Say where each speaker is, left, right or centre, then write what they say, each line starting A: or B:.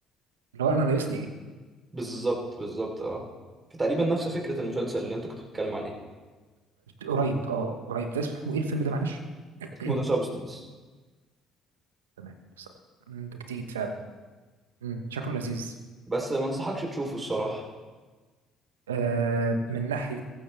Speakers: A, on the right; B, on the right.
A: اللي هو انا ناقصني ايه
B: بالظبط بالظبط اه فتقريبا نفس
A: مم.
B: فكرة المسلسل اللي أنت كنت بتتكلم عليه
A: قريب اه قريب ده اسمه ايه الفيلم ده معلش <clears throat>
B: اسمه ذا سابستنس
A: تمام بالظبط مم، ده جديد فعلا مم. شكله لذيذ
B: بس ما انصحكش تشوفه الصراحة
A: آه من ناحية